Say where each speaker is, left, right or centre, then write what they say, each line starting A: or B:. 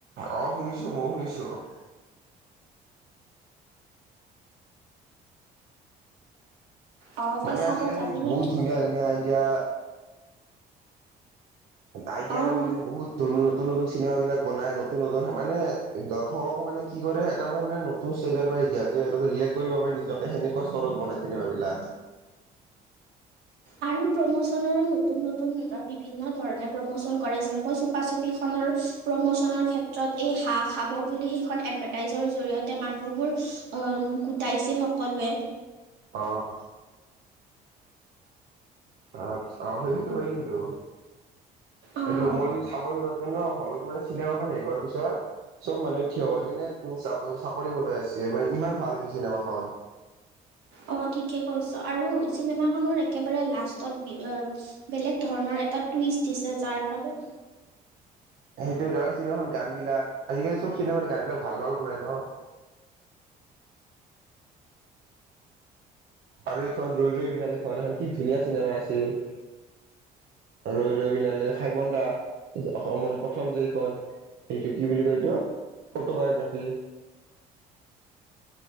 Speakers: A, on the right; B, on the right.
A: অঁ' শুনিছো মইও শুনিছোঁ অঁ'।
B: অ' তই
A: মানে
B: চাব
A: আজিকালি
B: যাবি নেকি?
A: বহুত ধুনীয়া ধুনীয়া আইডিয়া আইডিয়া
B: অ'
A: লৈ কিনে বহুত নতুন নতুন চিনেমা বিলাক বনাই, নতুন নতুন মানে দৰ্শকক মানে কি কৰে এটা মানে ষ্টেজত মানে এতিয়া তে, তাৰ পাছত ৰিলেট কৰিব পাৰি নিজকে সেনেকুৱা স্তৰত বনাই চিনেমাবিলাক।
B: আৰু প্ৰমোচনৰো নতুন নতুন বিভিন্ন ধৰণে প্ৰমোচন কৰে যেনেকৈ চুপা চুপি খনৰ প্ৰমোচনৰ ক্ষেত্ৰত এই হাঁহ খাব বুলি সেইখন এডভাৰটাইজৰ জৰিয়তে মানুহবোৰ- অহ' গোটাইছিল সকলোৱে।
A: অঁ। অঁ' অঁ' সেইটো হয় কিন্তু।
B: অ'
A: সেইটো মই চাব যোৱাতে ন' হ'লেও মানে চিনেমাখন শেষ হোৱাৰ পিছত- চ'ব মানুহে থিয় হৈ কিনে চা-চাপৰি বজাই আছিল মানে ইমান ভাল হৈছে চিনেমাখন।
B: অঁ' ঠিকে কৈছ আৰু চিনেমাখনৰ একেবাৰে লাষ্টত বি, অ- বেলেগ ধৰণৰ এটা টুইষ্ট দিছে যাৰ বাবে
A: সেইটোৱে ধৰ আৰু চিনেমাখন গান বিলাক আজিকালি চ'ব চিনেমা গান বিলাক ভাল ভাল বনাই ন'। আৰু এইখন ৰৈ ৰৈ বিনালে খন এখন কি ধুনীয়া চিনেমা আছিল। ৰৈ ৰৈ বিনালে, ভাইমন্দা অসমত প্ৰথম যে এইখন। এইটো কি বুলি কয় এইটো অটবায়োগ্ৰাফি।